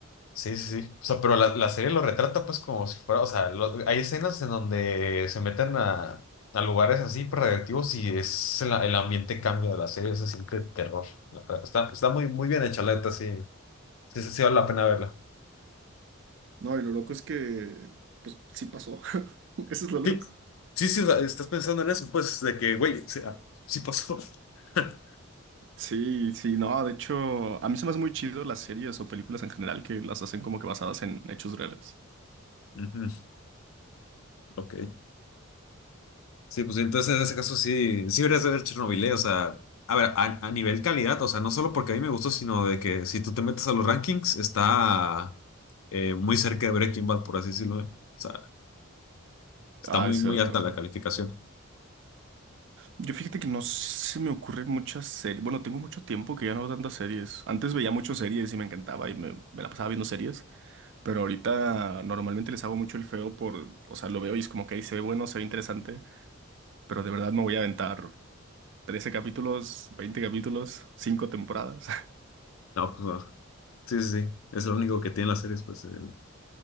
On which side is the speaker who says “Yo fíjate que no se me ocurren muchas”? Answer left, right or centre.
Right